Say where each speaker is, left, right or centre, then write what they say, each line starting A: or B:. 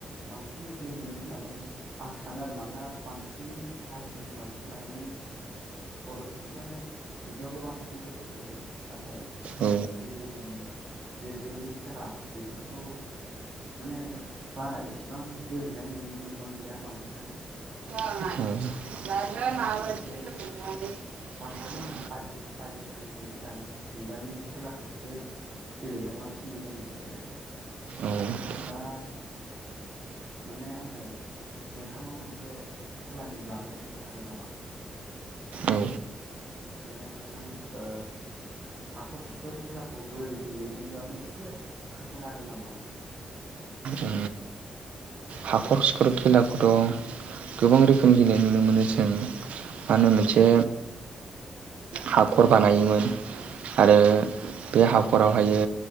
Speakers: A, on the right; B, on the right.
A: बांसिन गेलेयो होननानै आं सानो आरो मानोना बांसिनै आजिखालिनि बांसिन लाइमोन बर' सुबुंफ्रानो बिदियावल' बांसिन गोसो होसै नाथाय
B: औ
A: गोदोनि जेरैबायदि खेला बेफोरखौ माने बारा इसिबां गेलेनाय नुनो मोनबां गैया बांसिनानो
B: <inaudible>
A: दा बिसोरो
B: <unintelligible>
A: बांसिन आजिखालिनि गोदान मुगानि खेलाफोरखौसो गेलेनाय बांसिन नुनो मोनसै आरो
B: औ
A: दा माने आङो नोंथांनाव मोनसे खेलानि बागै सोंनो हागोन नामा
B: औ
A: माने नोंथां ओ हाखर खिखर खेलाखौ बोरै गेलेयो बेनि बागै एसे खोन्थानो हागोन नामा
B: औ हाखर सिखर खेलाखौथ' गोबां रोखोम गेलेनाय नुनो मोनो जों मा होनो मोनसे हाखर बानायोमोन आरो
A: औ
B: बे हाखराव ओमफ्रायो